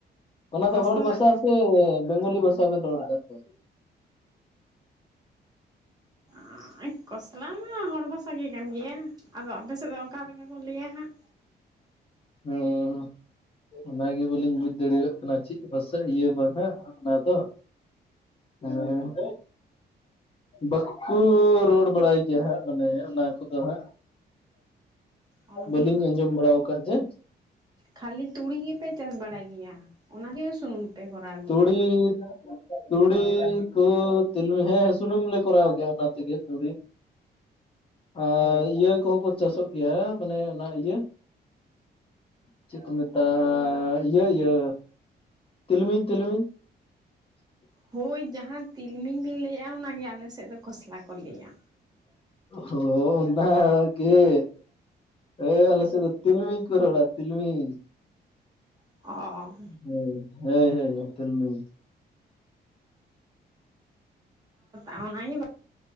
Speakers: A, on the left (about 30°); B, on the right (about 20°).
A: ᱚᱱᱟ
B: ᱠᱚᱥᱞᱟ
A: ᱫᱚ ᱦᱚᱲ ᱵᱟᱥᱟ ᱥᱮ ᱵᱮᱝᱜᱚᱞᱤ ᱵᱟᱥᱟ ᱵᱮᱱ ᱨᱚᱲ ᱟᱜ ᱛᱟᱦᱮᱸ᱾
B: <inaudible> ᱠᱚᱥᱞᱟ ᱢᱟ ᱦᱚᱲ ᱵᱷᱟᱥᱼᱼ <unintelligible> ᱠᱟᱱ ᱜᱮᱭᱟ᱾ ᱟᱫᱚ ᱟᱯᱮ ᱥᱮᱫ ᱫᱚ ᱚᱠᱟ ᱞᱮᱠᱟ ᱠᱚ ᱞᱟᱹᱭᱟ ᱦᱟᱸᱜ᱾
A: ᱦᱚᱸ ᱚᱱᱟᱜᱮ ᱵᱟᱞᱤᱧ ᱵᱩᱡᱽ ᱫᱟᱲᱤᱣᱟᱜ ᱠᱟᱱᱟ ᱪᱤᱫ ᱵᱷᱟᱥᱟ, ᱤᱭᱟᱹ ᱵᱟᱦᱟ ᱚᱱᱟ ᱫᱚ᱾ ᱦᱮᱸ <inaudible> ᱵᱟᱠᱩᱻᱻ ᱨᱚᱲ ᱵᱟᱲᱟᱭ ᱜᱮᱭᱟ ᱦᱟᱸᱜ ᱢᱟᱱᱮᱼᱼ ᱚᱱᱟ ᱠᱚᱫᱚ ᱦᱟᱸᱜ᱾
B: ᱚ
A: ᱵᱟᱹᱞᱤᱧ ᱟᱸᱡᱚᱢ ᱵᱟᱲᱟ ᱟᱠᱟ ᱡᱮᱼᱼ
B: ᱠᱷᱟᱹᱞᱤ ᱛᱩᱲᱤ ᱜᱮᱯᱮ ᱪᱟᱥ ᱵᱟᱲᱟᱭ ᱜᱮᱭᱟ᱾ ᱚᱱᱟᱜᱮ ᱥᱩᱱᱩᱢ ᱯᱮ ᱠᱚᱨᱟᱣ ᱜᱮᱭᱟ
A: ᱛᱩᱲᱤ ᱛᱩᱲᱤ ᱠᱚ, ᱛᱤᱞᱢᱤ, ᱦᱮᱸ ᱥᱩᱱᱩᱢ ᱞᱮ ᱠᱚᱨᱟᱣ ᱜᱮᱭᱟ ᱚᱱᱟ ᱛᱮᱜᱮ, ᱛᱩᱲᱤᱼᱼ ᱟᱨ ᱤᱭᱟᱹ ᱠᱚᱦᱚᱸ ᱠᱚ ᱪᱟᱥᱚᱜ ᱜᱮᱭᱟ, ᱢᱟᱱᱮ ᱚᱱᱟ ᱤᱭᱟᱹᱼᱼ ᱪᱤᱜ ᱠᱚ ᱢᱮᱛᱟᱣᱟᱜ-ᱟ, ᱤᱭᱟᱹ, ᱤᱭᱟᱹ᱾ ᱛᱤᱞᱢᱤᱧ, ᱛᱤᱞᱢᱤᱧ᱾ <inaudible>
B: ᱦᱳᱭ ᱡᱟᱦᱟᱸ ᱛᱤᱞᱢᱤᱧ ᱵᱤᱱ ᱞᱟᱹᱭᱮᱜ-ᱟ᱾ ᱚᱱᱟᱜᱮ ᱟᱞᱮ ᱥᱮᱫ ᱫᱚ ᱠᱷᱚᱥᱞᱟ ᱠᱚ ᱞᱟᱹᱭᱟ᱾
A: ᱦᱚᱸ ᱚᱱᱟ ᱜᱮ᱾ ᱳᱭ ᱟᱞᱮ ᱥᱮᱫ ᱫᱚ ᱛᱤᱞᱢᱤᱧ ᱠᱚ ᱨᱚᱲᱼᱟ, ᱛᱤᱞᱢᱤᱧ᱾
B: <unintelligible>
A: ᱦᱚᱭ, ᱦᱚᱭ, ᱦᱚᱭ ᱛᱤᱞᱢᱤᱧ᱾
B: ᱟᱨ ᱚᱱᱟ ᱜᱮ